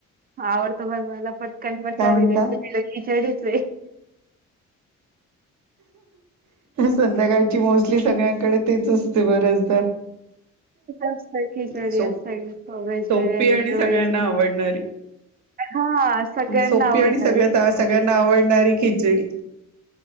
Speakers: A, on the right (about 30°); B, on the right (about 70°).
A: आवडतो बघ मला पटकन बनारी
B: काय म्हणता
A: रे किचडीच
B: संध्याकाळची मोस्टली सगळ्यांकडे तेचच होते बऱ्याचदा
A: असत खिचडी
B: सोप
A: असत व्हेज
B: सोपी
A: बिर्याणी
B: आणि
A: भरवायची
B: सगळ्यांना आवडणारी
A: हा सगळ्यांना
B: सोपी
A: आवडणारी
B: आणि सगळ्यात सगळ्यांना आवडणारी खिचडी